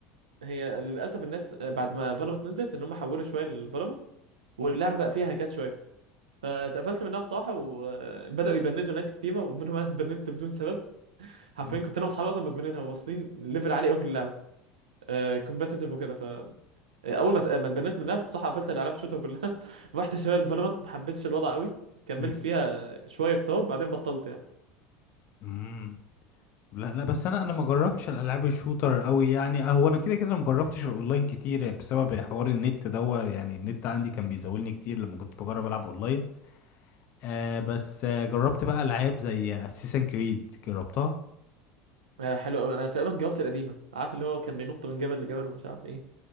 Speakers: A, on the right (about 90°); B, on the left (about 55°).
A: هي للاسف الناس آه، بعد ما فالورانت نزلت ان هم حولوا شويه لفالورانت واللعبه بقى فيها هكات شويه فاتقفلت منها بصراحه وبداوا يبندوا ناس كتيره ومنهم انا اتبندت بدون سبب حرفيا
B: مم،
A: كنت انا واصحابي اصلا مدمنينها وواصلين ليفل عالي قوي في اللعبه كومبتيتيف وكده ف آه، اول ما ت- آه، ما اتبنيت منها بصراحه قفلت الالعاب شوتها كلها <laughs> رحت شويه لفالورانت ما حبيتش الوضع قوي كملت
B: مم،
A: فيها شويه كتار بعدين بطلت يعني
B: مم. لا لا بس انا انا ما جربتش الالعاب الشوتر قوي يعني هو انا كده كده ما جربتش الاونلاين كتير بسبب حوار النت دوا يعني النت عندي كان بيزولني كتير لما كنت بجرب العب اونلاين آه بس آه جربت بقى العاب زي اساسن كريد جربتها
A: آه، حلو قوي انا تقريبا جاوبت القديمه عارف اللي هو كان بينط من جبل لجبل ومش عارف ايه